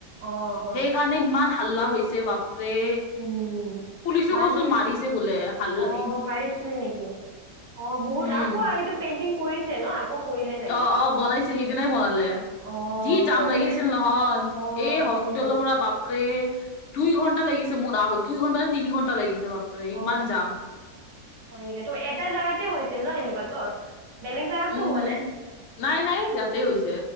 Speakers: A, on the right; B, on the left.
A: অঁ হয়
B: সেইকাৰণে ইমান হাল্লা হৈছে বাপ ৰে,
A: উম
B: পুলিচো
A: মানুহ
B: কচোন মাৰিছে বোলে হাল্ল-
A: অঁ মাৰিছিলে নেকি, অ বহুত
B: উম।
A: আকৌ এইটো পেইণ্টিং কৰিছে ন আকৌ কৰিলে। চাগে
B: অ অ বনাইছে সিদিনাই বনালে।
A: অঁ
B: যি যাম
A: চবে
B: লাগিছিল নহয়,
A: অঁ
B: এই হস্পিতালৰ
A: হয় নেকি
B: পৰা বাপ বাপৰে, দুই ঘণ্টা লাগিছে মোৰ আৰু দুই ঘণ্টা নে তিনি ঘণ্টা লাগিছে বাপৰে
A: অ
B: ইমান যাম।
A: হয় নেকি ত এটা জেগাতে হৈছিল ন এনেকুৱাতো। বেলেগ জেগাতটো
B: উম।
A: হোৱা নাই,
B: নাই নাই ইয়াতে হৈছে